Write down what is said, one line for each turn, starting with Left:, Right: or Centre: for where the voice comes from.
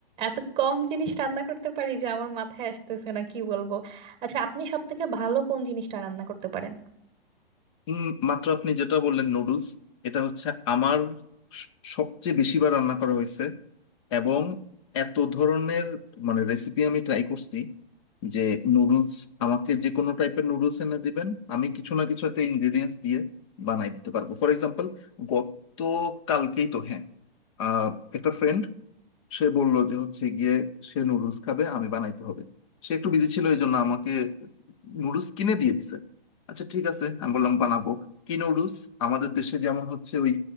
Right: এত কম জিনিস রান্না করতে পারি যে আমার মাথায় আসতেছে না কি বলবো আচ্ছা আপনি সব থেকে ভালো কোন জিনিসটা রান্না করতে পারেন
Left: উম, মাত্র আপনি যেটা বললেন নুডলস এটা হচ্ছে আমার স- সবচেয়ে বেশিবার রান্না করা হয়েছে এবং এত ধরনের মানে রেসিপি আমি ট্রাই করছি যে নুডলস আমাকে যে কোনো টাইপের নুডলস এনে দিবেন আমি কিছু না কিছু একটা ইনগ্রেডিয়েন্টস দিয়ে বানাই দিতে পারবো ফর এক্সাম্পল গত কালকেই তো হ্যাঁ আহ, একটা ফ্রেন্ড সে বলল যে হচ্ছে গিয়ে সে নুডলস খাবে আমি বানাইতে হবে সে একটু বিজি ছিল এই জন্য আমাকে নুডলস কিনে দিয়ে দিছে আচ্ছা ঠিক আছে আমি বললাম বানাবো কি নুডলস আমাদের দেশে যেমন হচ্ছে ওই